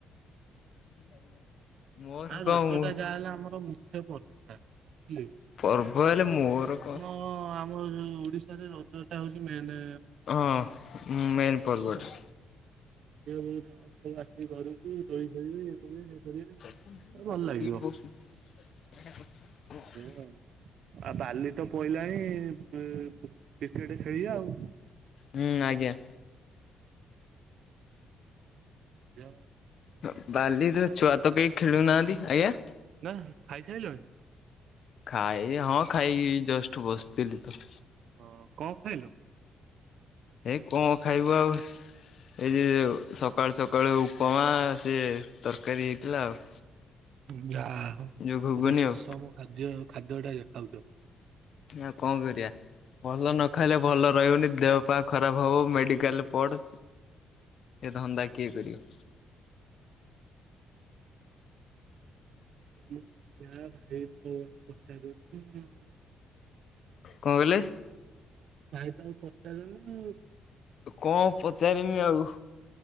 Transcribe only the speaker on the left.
<unintelligible> ମୋର
କଣ
ମୁଁ
ପର୍ବ ହେଲେ ମୋର
କଣ
ହଁ ମେନ୍ ପର୍ବଟା।
<unintelligible>
ହୁଁ ଆଜ୍ଞା!
ତ ବାଲିରେ ଛୁଆ ତ କେଇ ଖେଳୁନାହାଁନ୍ତି। ଆଜ୍ଞା?
ଖାଇ ହଁ ଖାଇି ଜଷ୍ଟ ବସିଥିଲି ତ।
ହେଇ କଁ ଖାଇବୁ ଆଉ ଏଇ ଯୋଉ ସକାଳୁ ସକ୍ କାଳୁ ଉପମା ସିଏ ତରକାରୀ ହେଇଥିଲା ଆଉ।
ଯୋଉ ଘୁଗୁନି
ଆଉ
ଆଉ କଁ କରିବା। ଭଲ ନ ଖାଇଲେ ଭଲ ରହିବୁନି ଦେହ ପା ଖରାପ ହବ ମେଡିକାଲରେ ପଡ। ଏ ଧନ୍ତା କିଏ କରିବ।
କଁ କଇଲେ?
କଁ ପଚାରିମି ଆଉ।